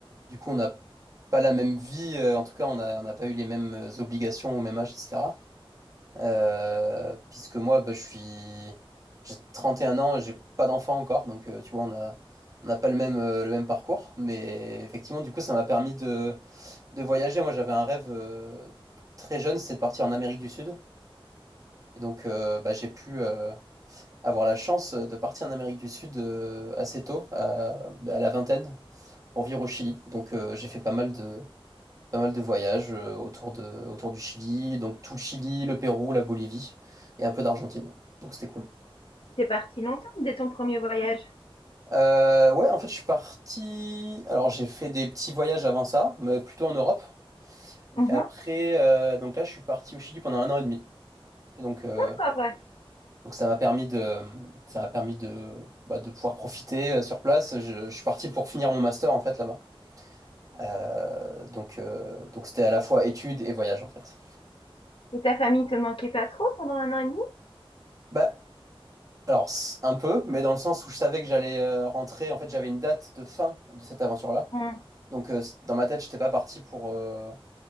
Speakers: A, on the right; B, on the left.
A: du coup, on n'a pas la même vie. euh, en tout cas, on n'a on n'a pas eu les mêmes euh, obligations au même âge, etc. Euh, puisque moi, bah, je suis, j'ai 31 ans, j'ai pas d'enfant encore, donc euh, tu vois, on a, on n'a pas le même, euh, le même parcours. Mais effectivement, du coup, ça m'a permis de, de voyager. Moi, j'avais un rêve euh, très jeune, c'était de partir en Amérique du Sud. Et donc, euh, bah, j'ai pu. euh, avoir la chance euh, de partir en Amérique du Sud euh, assez tôt, à, à la vingtaine, pour vivre au Chili. Donc euh, j'ai fait pas mal de, pas mal de voyages euh, autour de, autour du Chili, donc tout le Chili, le Pérou, la Bolivie et un peu d'Argentine. Donc c'était cool.
B: T'es parti longtemps dès ton premier voyage?
A: Euh, ouais, en fait je suis parti. Alors j'ai fait des petits voyages avant ça, mais plutôt en Europe. Et
B: Mhm.
A: après, euh, donc là je suis parti au Chili pendant un an et demi. Et donc euh,
B: D'accord,
A: Donc ça m'a permis de, ça m'a permis de, bah, de pouvoir profiter euh, sur place. Je, je suis parti pour finir mon master en fait là-bas. Euh, donc euh, donc c'était à la fois études et voyage en fait.
B: Et ta famille te manquait pas trop pendant un an et demi?
A: Bah alors c- un peu, mais dans le sens où je savais que j'allais euh, rentrer. En fait j'avais une date de fin de cette aventure-là.
B: Hmm.
A: Donc euh, c- dans ma tête j'étais pas parti pour euh,